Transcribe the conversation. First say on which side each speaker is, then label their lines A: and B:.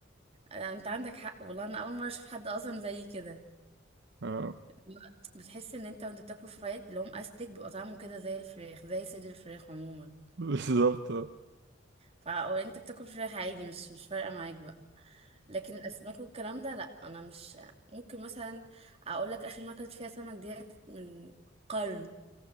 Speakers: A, on the right; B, on the right.
A: أنا- انت عندك حق والله انا اول مره اشوف حد اصلا زي كده
B: آه،
A: لا، بتحس ان انت وانت بتاكله فرايد اللي هو مأستك بيبقى طعمه كده زي الفراخ زي صدر الفراخ عموما
B: <laughs> بالظبط
A: فا- او انت بتاكل فراخ عادي مش مش فارقه معاك بقى لكن الاسماك والكلام ده لا انا مش ممكن مثلا اقول لك اخر مره اكلت فيها سمك ديت من قرن